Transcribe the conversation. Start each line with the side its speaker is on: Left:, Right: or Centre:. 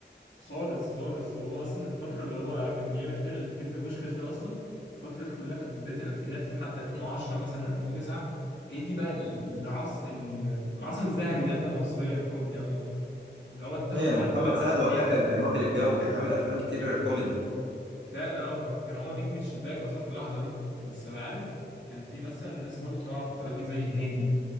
Left: خالص خالص هو اصلا الفتره اللي هو كان بيعمل فيها الفيلم بوشكاش ده اصلا الفتره دي كلها بتاعت بدايه الالفينات لحد 2010 مثلا 2009 هي دي بقى العصر العصر الذهبي للافلام المصريه الكوميدي عموما اللي هو انت
Right: حرفيا
Left: تاخد منها
Right: ومحمد
Left: افلام
Right: سعد
Left: احمد
Right: وقتها
Left: حلمي
Right: كان كان واكل الجو وكان عامل افلام كتير كوميدي
Left: فعلا هو كان كان هو نجم الشباك اصلا في اللحظه دي بس أنا عارف كان في مثلا ناس برضو طالعه الفتره دي زي هنيدي